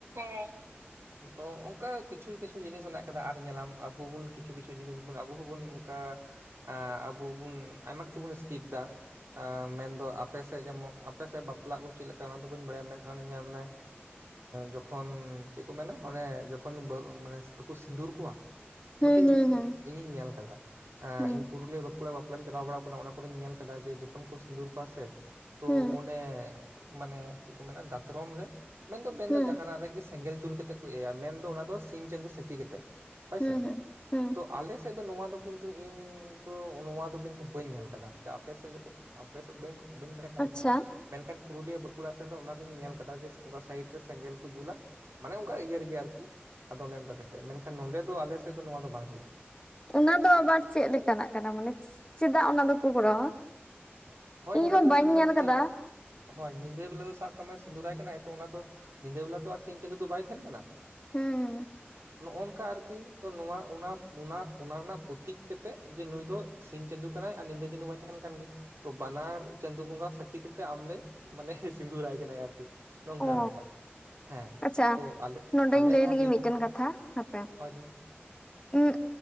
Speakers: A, on the right; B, on the left.
A: ᱦᱮᱸ ᱛᱚ ᱚᱱᱠᱟ ᱠᱤᱪᱷᱩ ᱠᱤᱪᱷᱩ ᱡᱤᱱᱤᱥ ᱦᱮᱱᱟᱜ ᱠᱟᱫᱟ ᱟᱨ ᱧᱮᱞᱟᱢ ᱟᱵᱚ ᱵᱚᱱ ᱠᱤᱪᱷᱩ ᱠᱤᱪᱷᱩ ᱡᱤᱱᱤᱥ ᱵᱚᱱ ᱟᱵᱚ ᱦᱚᱸᱵᱚᱱ ᱚᱱᱠᱟ ᱟᱵᱩ ᱵᱩᱱ ᱟᱭᱢᱟ ᱠᱤᱪᱷᱩ ᱵᱚᱱ ᱥᱠᱤᱯ ᱫᱟ ᱢᱮᱱᱫᱚ ᱟᱯᱮᱮᱥᱮᱫ ᱡᱮᱢᱚᱱ ᱟᱯᱮᱮᱥᱮᱫ ᱵᱟᱯᱞᱟ ᱠᱚ ᱪᱮᱫ ᱞᱮᱠᱟ ᱚᱱᱟ ᱫᱚ ᱵᱟᱹᱧ ᱵᱟᱲᱟᱭᱟ ᱢᱮᱱᱚᱱ ᱧᱮᱞ ᱢᱮ ᱡᱚᱠᱷᱚᱱ ᱪᱮᱫ ᱠᱚ ᱢᱮᱱᱟ ᱚᱱᱮ ᱡᱚᱠᱷᱚᱱ ᱵᱟᱠᱚ ᱥᱤᱸᱫᱩᱨ ᱠᱚᱣᱟ
B: ᱦᱩᱸ
A: ᱢᱤᱫᱴᱮᱱ
B: ᱦᱩᱸ
A: ᱡᱤᱱᱤᱥ
B: ᱦᱩᱸ
A: ᱤ ᱤᱧᱤᱧ ᱧᱮᱞ ᱟᱠᱟᱫᱟ
B: ᱦᱩᱸ
A: ᱤᱧ ᱯᱩᱨᱩᱞᱤᱭᱟᱹ ᱵᱟᱸᱠ ᱵᱟᱠᱩᱲᱟ ᱵᱟᱯᱞᱟᱧ ᱪᱟᱞᱟᱣ ᱵᱟᱲᱟ ᱟᱠᱟᱱᱟ ᱚᱱᱟ ᱠᱚᱨᱮᱧ ᱧᱮᱞ ᱠᱮᱫᱟ ᱡᱮ ᱡᱚᱠᱷᱚᱱ ᱠᱚ ᱥᱤᱸᱫᱩᱨ ᱠᱚᱣᱟ ᱥᱮ ᱛᱚ
B: ᱦᱩᱸ
A: ᱚᱱᱮ ᱢᱟᱱᱮ ᱪᱮᱫ ᱠᱚ ᱢᱮᱱᱟ ᱫᱟᱛᱨᱚᱢ ᱨᱮ ᱢᱮᱱᱫᱚ ᱢᱮᱱᱫᱚ
B: ᱦᱩᱸ
A: ᱡᱟᱦᱟᱱᱟᱜ ᱨᱮᱜᱮ ᱥᱮᱸᱜᱮᱞ ᱡᱩᱞ ᱠᱟᱛᱮ ᱠᱚ ᱮᱭᱟ ᱢᱮᱱᱫᱚ ᱚᱱᱟ ᱫᱚ ᱥᱤᱧ ᱪᱟᱸᱫᱚ ᱥᱟᱹᱠᱷᱤ ᱠᱟᱛᱮ ᱦᱳᱭᱥᱮ
B: ᱦᱩᱸ ᱦᱩᱸ ᱦᱩᱸ
A: ᱛᱚ ᱟᱞᱮ ᱱᱚᱣᱟ ᱫᱚ ᱠᱤᱱᱛᱩ ᱤᱧ ᱫᱚ ᱱᱚᱣᱟ ᱫᱚ ᱠᱤᱱᱛᱩ ᱵᱟᱹᱧ ᱧᱮᱞ ᱟᱠᱟᱫᱟ ᱟᱯᱮᱥᱮᱫ ᱡᱚᱠᱷᱚᱱ ᱟᱯᱮᱮᱥᱮᱫ ᱵᱟᱹᱧ ᱵᱟᱹᱧ ᱵᱟᱲᱟᱭ ᱠᱟᱨᱚᱱ
B: ᱟᱪᱪᱷᱟ
A: ᱠᱟᱱᱟ ᱢᱮᱱᱠᱷᱟᱱ ᱯᱩᱨᱩᱞᱤᱭᱟᱹ ᱵᱟᱸᱠᱩᱲᱟ ᱥᱮᱫ ᱫᱚ ᱚᱱᱟ ᱫᱚᱧ ᱧᱮᱞ ᱟᱠᱟᱫᱟ ᱡᱮ ᱚᱱᱠᱟ ᱥᱟᱭᱤᱰ ᱨᱮ ᱥᱮᱸᱜᱮᱞ ᱠᱚ ᱡᱩᱞᱟ ᱢᱟᱱᱮ ᱚᱱᱠᱟ ᱤᱭᱟᱹ ᱨᱮᱜᱮ ᱟᱨᱠᱤ ᱟᱫᱚ ᱚᱱᱮ ᱚᱱᱠᱟ ᱠᱟᱛᱮᱫ ᱢᱮᱱᱠᱷᱟᱱ ᱱᱚᱰᱮ ᱫᱚ ᱟᱞᱮ ᱥᱮᱫ ᱫᱚ ᱱᱚᱣᱟ ᱫᱚ ᱵᱟᱝ ᱦᱩᱭᱩᱜᱼᱟ᱾
B: ᱚᱱᱟ ᱫᱚ ᱟᱵᱟᱨ ᱪᱮᱫ ᱞᱮᱠᱟᱱᱟᱜ ᱠᱟᱱᱟ ᱢᱟᱱᱮ ᱪᱮᱫᱟᱜ ᱚᱱᱟ ᱫᱚᱠᱚ ᱠᱚᱨᱟᱣᱟ?
A: ᱦᱳᱭ
B: ᱤᱧ
A: ᱚᱱᱟ
B: ᱦᱚᱸ
A: ᱫᱚ
B: ᱵᱟᱹᱧ
A: ᱧᱮᱞᱢᱮ
B: ᱧᱮᱞ
A: ᱧᱤᱫᱟᱹ
B: ᱠᱟᱫᱟ
A: ᱵᱮ ᱦᱳᱭ ᱧᱤᱫᱟᱹ ᱵᱮᱞᱟ ᱫᱚ ᱥᱟᱵ ᱠᱟᱜ ᱢᱮ ᱥᱤᱫᱩᱨᱟᱭ ᱠᱟᱱᱟᱭ ᱛᱚ ᱚᱱᱟ ᱫᱚ ᱧᱤᱫᱟᱹ ᱵᱮᱞᱟ ᱛᱚ ᱟᱨ ᱥᱤᱧ ᱪᱟᱸᱫᱚ ᱫᱚ ᱵᱟᱭ ᱛᱟᱦᱮᱱ ᱠᱟᱱᱟ
B: ᱦᱮᱸ
A: ᱱᱚᱜᱝᱠᱟ ᱟᱨᱠᱤ ᱛᱚ ᱱᱚᱣᱟ ᱚᱱᱟ ᱨᱮᱱᱟᱜ ᱯᱚᱛᱤᱠ ᱠᱟᱛᱮᱜ ᱡᱮ ᱱᱩᱭ ᱫᱚ ᱥᱤᱧ ᱪᱟᱸᱫᱚ ᱠᱟᱱᱟ ᱟᱨ ᱧᱤᱫᱟᱹ ᱪᱟᱸᱫᱩ ᱢᱟᱭ ᱛᱟᱦᱮᱱ ᱠᱟᱱ ᱜᱮ ᱛᱚ ᱵᱟᱱᱟᱨ ᱪᱟᱸᱫᱩ ᱵᱚᱜᱟ ᱥᱟᱠᱷᱤ ᱠᱟᱛᱮ ᱟᱢᱞᱮ ᱢᱟᱱᱮ ᱥᱤᱫᱩᱨᱟᱭ ᱠᱟᱱᱟ ᱟᱨᱠᱤ ᱱᱚᱝᱠᱟ
B: ᱚ
A: ᱵᱮᱯᱟᱨ ᱦᱮᱸ
B: ᱟᱪᱪᱷᱟ
A: ᱛᱚ ᱟᱞᱮ
B: ᱱᱚᱰᱮᱧ
A: ᱟᱞᱮ
B: ᱞᱟᱹᱭ
A: ᱱᱚᱣᱟ
B: ᱞᱮᱜᱮ
A: ᱵᱤᱨᱵᱷᱩᱢ
B: ᱢᱤᱫᱴᱮᱱ ᱠᱟᱛᱷᱟ ᱦᱟᱯᱮ
A: ᱦᱳᱭ ᱞᱟᱹᱭ ᱢᱮ
B: ᱩᱜ